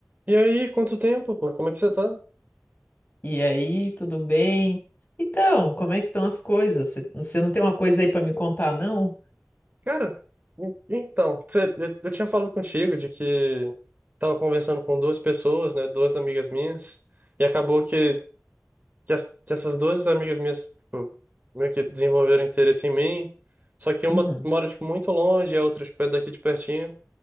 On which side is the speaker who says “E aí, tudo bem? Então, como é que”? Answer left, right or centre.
Left